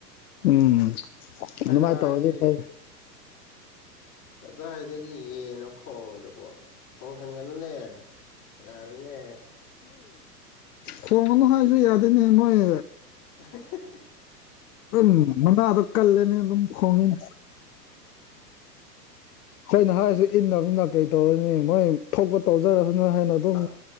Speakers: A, on the left; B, on the left.
A: ꯎꯝ
B: ꯀꯅꯥꯒꯤ
A: ꯑꯗꯨꯃꯥꯏꯅ ꯇꯧꯔꯗꯤ ꯐꯩ
B: ꯀꯗꯥꯏꯗꯒꯤ ꯌꯦꯟꯅꯣ ꯈꯣꯡꯉꯤꯗꯨꯕꯣ ꯈꯣꯡꯍꯟꯒꯅꯨꯅꯦ ꯌꯥꯔꯦꯅꯦ
A: ꯈꯣꯡꯒꯅꯣ ꯍꯥꯏꯁꯨ ꯌꯥꯗꯤꯅꯦ ꯃꯣꯏ
B: ꯐꯍꯤꯍꯤꯍꯤ
A: ꯑꯜ ꯃꯅꯗꯣ ꯀꯜꯂꯤꯅꯦ ꯑꯗꯨꯝ ꯈꯣꯡꯉꯤꯅꯦ ꯑꯣꯏꯅ ꯍꯥꯏꯔꯁꯨ ꯏꯟꯗꯕꯅꯤꯅ ꯀꯩ ꯇꯧꯔꯅꯤ ꯃꯣꯏ ꯊꯣꯛꯄ ꯇꯧꯖꯔ ꯍꯥꯏꯅ ꯑꯗꯨꯝ
B: ꯍꯥ,